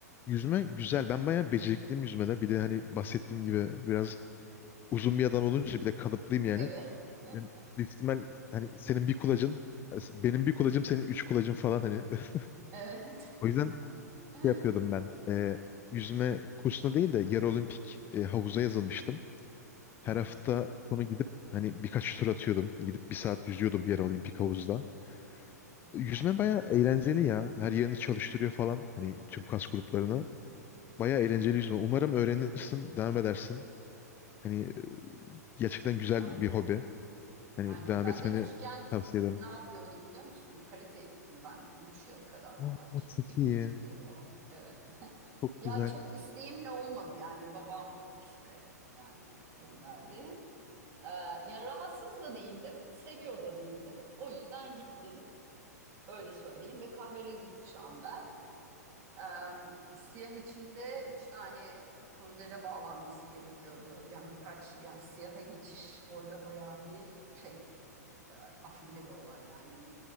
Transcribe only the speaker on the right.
Evet. <laughs>
Evet.
<laughs>
Hı hı.
Wow.
Aynen.
Aynen.
Ben
de küçükken
ne yapıyordum biliyor musun? Karateye gittim ben. Üç yıl kadar
falan. İki,
iki
buçuk yıl falan. Evet.
Ya
çok isteğimle olmadı yani. Babam işte yani gönderdi. Ee, yani rahatsız da değildim. Seviyor da değildim. O yüzden gittim. Öyle söyleyeyim. Ve kahverengi kuşağım ben. Em, siyah içinde üç tane kurdele bağlanması gerekiyordu. Yani birkaç yani siyaha geçiş orada bayağı bir şey e, afilli bir olay yani.